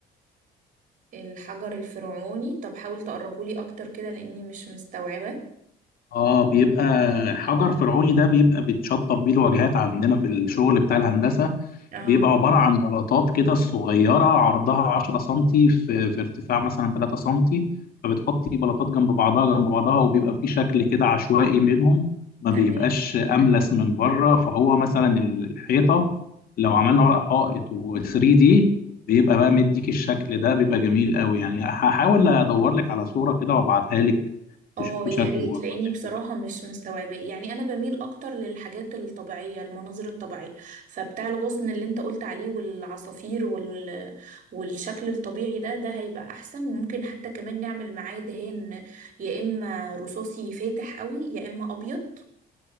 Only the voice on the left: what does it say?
اه بيبقى حجر فرعوني ده بيبقى بيتشطب بيه الواجهات عندنا في الشغل بتاع الهندسة
بيبقى عبارة عن بلاطات كده صغيرة عرضها 10 سنتي في, في ارتفاع مثلا 3 سنتي فبتحطي بلاطات جنب بعضها جنب بعضها وبيبقى في شكل كده عشوائي منهم ما
بيبقاش أملس من بره فهو مثلا ال- الحيطة لو عملنا ورق حائط و3 دي بيبقى بقى مديك الشكل ده بيبقى جميل قوي يعني هحاول ادور لك على صورة كده وابعتها لك
تشوفي
شكله
برضه